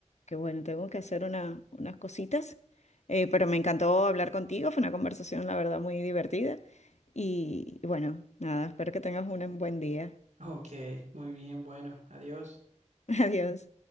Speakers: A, on the left; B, on the right.
A: que bueno, tengo que hacer una- unas cositas, eh, pero me encantó hablar contigo, fue una conversación, la verdad, muy divertida. Y, y bueno, nada, espero que tengas un buen día.
B: ok, muy bien, bueno, adiós.
A: <laughs> Adiós.